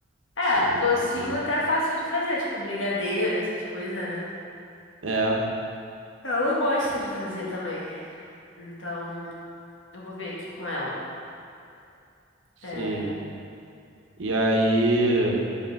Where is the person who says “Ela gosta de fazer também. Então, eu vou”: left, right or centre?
Left